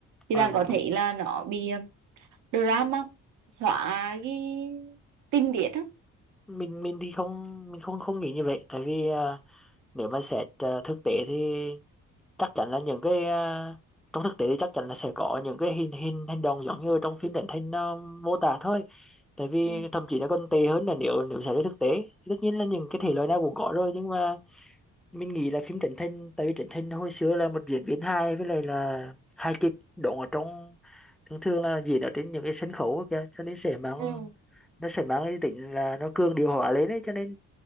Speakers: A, on the right (about 80°); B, in the centre.
A: thì
B: ờ,
A: bạn có thể
B: ừ.
A: là nó bị à, drama hóa cái tình tiết á
B: mình mình thì không mình không không nghĩ như vậy tại vì à, nếu mà xét à, thực tế thì chắc chắn là những cái à, trong thực tế thì chắc chắn là sẽ có những cái hình hình hành động giống như trong phim truyền hình nó mô tả thôi tại vì
A: ừ
B: thậm chí nó còn tệ hơn là nếu nếu xảy ra thực tế tất nhiên là những cái thể loại nào cũng có rồi nhưng mà mình nghĩ là phim Trấn Thành tại vì Trấn Thành hồi xưa là một diễn viên hài với lại là hài kịch đóng ở trong thường thường là diễn ở trên những cái sân khấu á kìa cho nên sẽ mang
A: ừ
B: nó sẽ mang cái tính là nó cường điệu hóa lên ấy cho nên